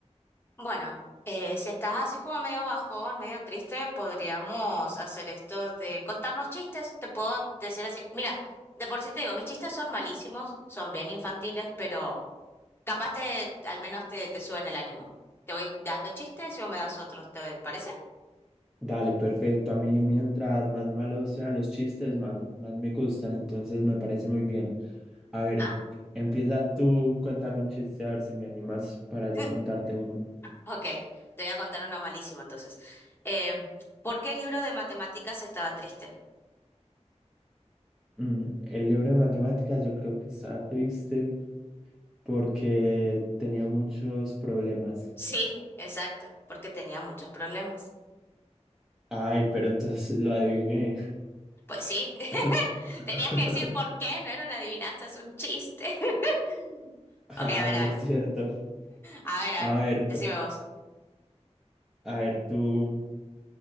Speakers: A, on the left; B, in the centre.
A: Bueno, eh, si estás así como medio bajón, medio triste, podríamos hacer esto de contarnos chistes. Te puedo decir así, mira, de por sí te digo, mis chistes son malísimos, son bien infantiles, pero capaz te, al menos te, te suben el ánimo. Te voy dando chistes y vos me das otros, ¿te parece?
B: Dale, perfecto. A mí mientras más malos sean los chistes, más, más me gustan, entonces me parece muy bien. A ver,
A: Ah,
B: empieza tú, cuéntame un chiste, a ver si me animas para yo
A: <laughs>
B: contarte uno.
A: ok, te voy a contar uno malísimo entonces. Eh, ¿por qué el libro de matemáticas estaba triste?
B: Mm, el libro de matemáticas yo creo que está triste porque tenía muchos problemas.
A: Sí, exacto, porque tenía muchos problemas.
B: Ay, pero entonces lo adiviné.
A: Pues sí, <laughs>
B: <laughs>
A: tenías que decir por qué, no era una adivinanza, es un chiste. <laughs>
B: Ay,
A: Ok, a ver, a
B: es
A: ver,
B: cierto.
A: a ver, a
B: A
A: ver,
B: ver,
A: decime
B: pe-
A: vos.
B: a ver, tú,